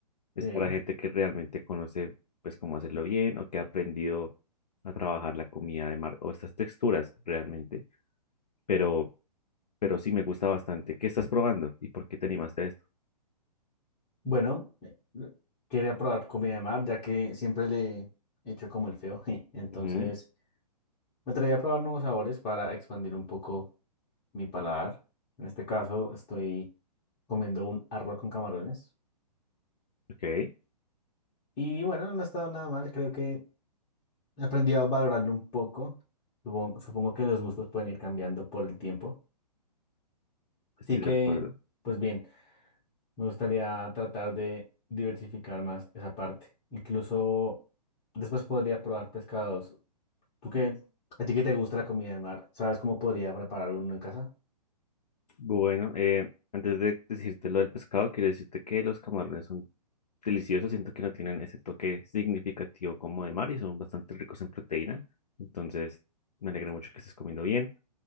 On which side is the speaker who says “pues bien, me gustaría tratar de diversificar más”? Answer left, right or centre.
Left